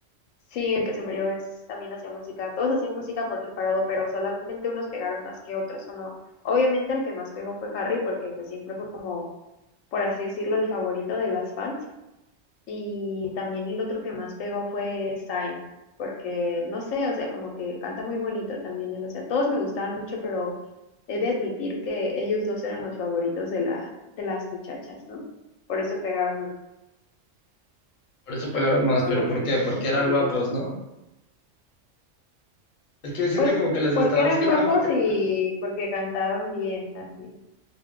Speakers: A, on the left; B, on the left.
A: Sí, el que se murió es, también hacía música. Todos hacían música por separado, pero solamente unos pegaron más que otros. Como, obviamente el que más pegó fue Harry, porque pues siempre fue como, por así decirlo, el favorito de las fans. Y también el otro que más pegó fue Zayn, porque no sé, o sea, como que canta muy bonito también él. O sea, todos me gustaban mucho, pero he de admitir que ellos dos eran los favoritos de la, de las muchachas, ¿no? Por eso pegaron,
B: Por eso pegaron más,
A: algo,
B: pero
A: aunque
B: ¿por qué?
A: sí
B: Porque
A: me gustaría.
B: eran guapos, ¿no? Es que siento
A: Pues
B: como que les
A: porque
B: gustaba
A: eran
B: más que
A: guapos
B: nada porque,
A: y porque cantaban bien también.